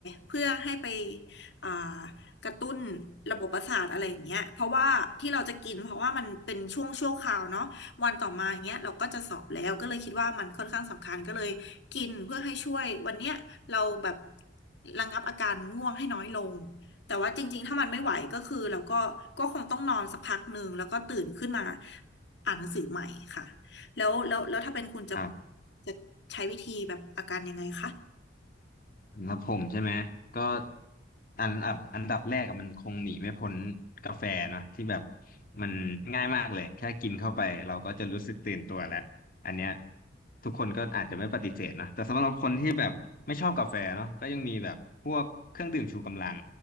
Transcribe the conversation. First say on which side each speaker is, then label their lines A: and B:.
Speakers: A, on the left (about 65°); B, on the left (about 45°).
A: เพื่อให้ไปอ่า กระตุ้นระบบประสาทอะไรอย่างเงี้ยเพราะว่าที่เราจะกินเพราะว่ามันเป็นช่วงชั่วคราวเนาะวันต่อมาอย่างเงี้ยเราก็จะสอบแล้วก็เลยคิดว่ามันค่อนข้างสำคัญก็เลยกินเพื่อให้ช่วยวันเนี้ยเราแบบระงับอาการง่วงให้น้อยลงแต่ว่าจริงๆถ้ามันไม่ไหวก็คือเราก็ก็คงต้องนอนสักพักหนึ่งแล้วก็ตื่นขึ้นมาอ่านหนังสือใหม่ค่ะแล้วแล้วแล้วถ้าเป็นคุณจะ
B: ครับ
A: จะใช้วิธีแบบอาการยังไงคะ
B: สำหรับผมใช่ไหมก็อันอับอันดับแรกอะมันคงหนีไม่พ้นกาแฟเนาะที่แบบมันง่ายมากเลยแค่กินเข้าไปเราก็จะรู้สึกตื่นตัวแล้วอันเนี้ยทุกคนก็อาจจะไม่ปฏิเสธนะแต่สำหรับคนที่แบบไม่ชอบกาแฟเนาะก็ยังมีแบบพวกเครื่องดื่มชูกำลัง